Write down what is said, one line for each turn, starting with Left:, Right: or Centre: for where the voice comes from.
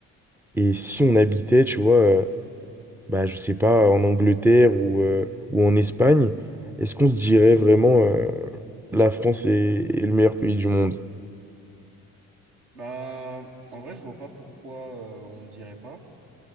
Centre: Et si on habitait, tu vois, euh, bah, je sais pas, en Angleterre ou, euh, ou en Espagne, est-ce qu'on se dirait vraiment euh, la France est, est le meilleur pays du monde?
Right: bah en vrai je vois pas pourquoi euh, on le dirait pas